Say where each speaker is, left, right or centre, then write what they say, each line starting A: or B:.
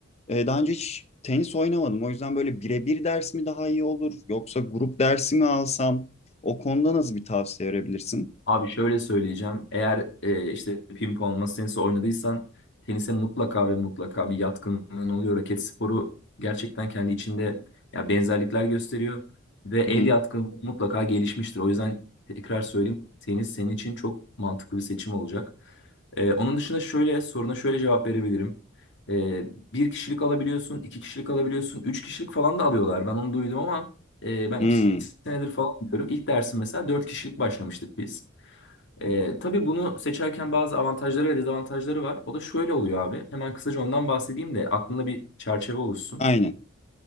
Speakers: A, on the left; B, on the left.
A: Ee, daha önce hiç tenis oynamadım. O yüzden böyle birebir ders mi daha iyi olur yoksa grup dersi mi alsam? O konuda nasıl bir tavsiye verebilirsin?
B: Abi şöyle söyleyeceğim. Eğer e, işte pimpon, masa tenisi oynadıysan tenise mutlaka ve mutlaka bir yatkınlığın oluyor. Raket sporu gerçekten kendi içinde ya benzerlikler gösteriyor ve el
A: Hı hı.
B: yatkınlığı mutlaka gelişmiştir. O yüzden tekrar söyleyeyim tenis senin için çok mantıklı bir seçim olacak. E, onun dışında şöyle soruna şöyle cevap verebilirim. E, bir kişilik alabiliyorsun, iki kişilik alabiliyorsun, üç kişilik falan da alıyorlar. Ben onu duydum ama e, ben
A: Hmm,
B: iki senedir falan diyorum. İlk dersim mesela dört kişilik başlamıştık biz. Ee, tabii bunu seçerken bazı avantajları ve dezavantajları var. O da şöyle oluyor abi. Hemen kısaca ondan bahsedeyim de aklında bir çerçeve oluşsun.
A: aynen.